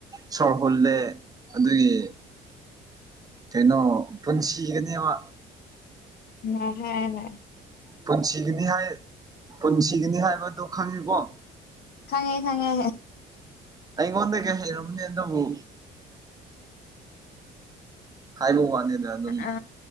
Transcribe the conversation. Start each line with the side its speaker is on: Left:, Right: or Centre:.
Right: ꯁꯣꯔ ꯍꯨꯜꯂꯦ ꯑꯗꯨꯒꯤ ꯀꯩꯅꯣ ꯄꯨꯟꯁꯤꯒꯅꯦꯕ
Left: ꯍꯥꯏ ꯍꯥꯏ
Right: ꯄꯨꯟꯁꯤꯒꯅꯤ ꯍꯥꯏ ꯄꯨꯟꯁꯤꯒꯅꯤ ꯍꯥꯏꯕꯗꯣ ꯈꯪꯉꯤꯀꯣ
Left: ꯈꯪꯉꯦ ꯈꯉꯦ
Right: ꯑꯩꯉꯣꯟꯗ ꯀꯩ ꯍꯩꯔꯝꯅꯦ ꯑꯗꯨꯕꯨ ꯍꯥꯏꯕ ꯋꯥꯅꯤꯗ ꯑꯗꯨꯝ
Left: ꯑ